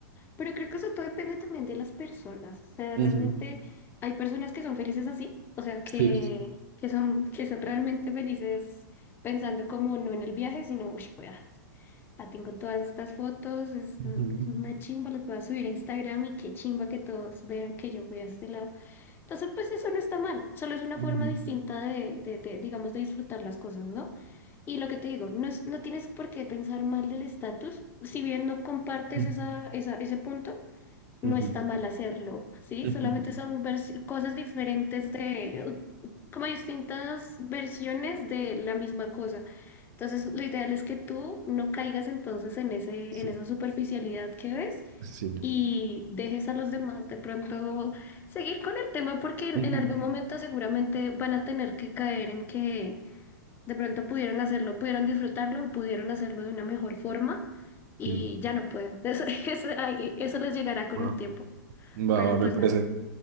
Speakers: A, on the left; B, on the right.
A: Pero creo que eso todo depende también de las personas. O sea,
B: ujú,
A: realmente hay personas que son felices así, o sea, que,
B: sí.
A: que son, que son realmente felices pensando como no en el viaje, sino, uy, pues, ah, ah, tengo todas estas fotos, es, es
B: Ujú,
A: una chimba, las voy a subir a Instagram y qué chimba que todos vean que yo fui a este lado. Entonces, pues eso no está mal, solo es una forma
B: ujú,
A: distinta de, de, de, digamos, de disfrutar las cosas, ¿no? Y lo que te digo, no, es- no tienes por qué pensar mal del estatus, si bien no compartes
B: ujú,
A: esa, esa, ese punto, no
B: ujú,
A: está mal hacerlo, ¿sí?
B: ujú.
A: Solamente son vers- cosas diferentes de, como distintas versiones de la misma cosa. Entonces, lo ideal es que tú no caigas entonces en ese,
B: Sí,
A: en esa superficialidad que ves
B: sí,
A: y dejes a los demás de pronto seguir con el tema porque en,
B: Ujú,
A: en algún momento seguramente van a tener que caer en que de pronto pudieron hacerlo, pudieron disfrutarlo, pudieron hacerlo de una mejor forma y
B: sí.
A: ya no pueden. Eso, <laughs> eso, ahí- eso les llegará con
B: Va,
A: el tiempo.
B: va,
A: Pero
B: va,
A: pues
B: me parece,
A: nada.